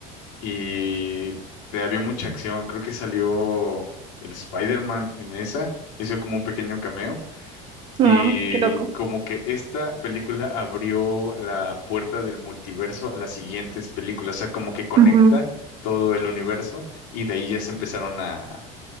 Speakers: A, on the left; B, on the right.
A: y te- había mucha acción. Creo que salió el Spider-Man en esa, hizo como un pequeño cameo
B: mm,
A: y
B: qué loco.
A: como que esta película abrió la puerta del multiverso a las siguientes películas, o sea, como que conecta
B: Ujú.
A: todo el universo y de ahí ya se empezaron a,